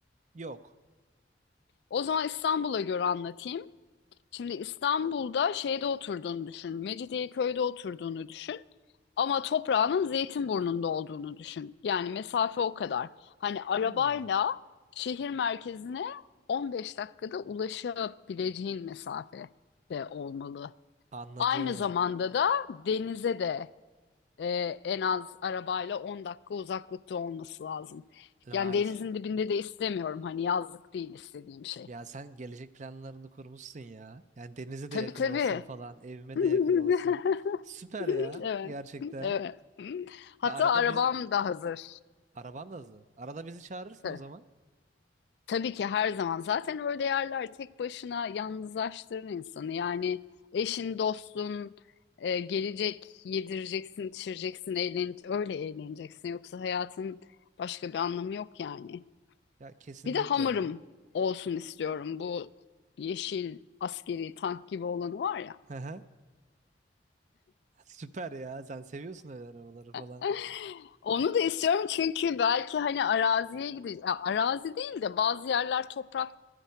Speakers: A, on the right (about 40°); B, on the left (about 65°).
A: yok.
B: O zaman İstanbul'a göre anlatayım. Şimdi İstanbul'da şeyde oturduğunu düşün. Mecidiyeköy'de oturduğunu düşün. Ama toprağının Zeytinburnu'nda olduğunu düşün. Yani mesafe o kadar. Hani arabayla
A: Hmm,
B: şehir merkezine 15 dakikada ulaşabileceğin mesafede olmalı.
A: anladım.
B: Aynı zamanda da denize de e, en az arabayla 10 dakika uzaklıkta olması lazım.
A: Vay,
B: Yani denizin dibinde de istemiyorum hani yazlık değil istediğim şey.
A: Ya sen gelecek planlarını kurmuşsun ya. Yani denize
B: Tabii
A: de yakın
B: tabii.
A: olsun falan, evime
B: <laughs>
A: de yakın olsun. Süper ya
B: Evet.
A: gerçekten.
B: Evet. Hatta
A: Ha, Arada
B: arabam
A: biz
B: da hazır.
A: araban da hazır. Arada bizi çağırırsın
B: Ta-
A: o zaman.
B: Tabii ki her zaman. Zaten öyle yerler tek başına yalnızlaştırır insanı. Yani eşin, dostun e, gelecek, yedireceksin, içireceksin, eğlen öyle eğleneceksin. Yoksa hayatın başka bir anlamı yok yani.
A: Ya kesinlikle
B: Bir de hamırım
A: ya.
B: olsun istiyorum. Bu yeşil askeri tank gibi olanı var ya.
A: Hı <laughs> Süper ya. Sen seviyorsun öyle arabaları falan.
B: <laughs> Onu da istiyorum çünkü belki hani araziye gideceğiz. Arazi değil de bazı yerler toprak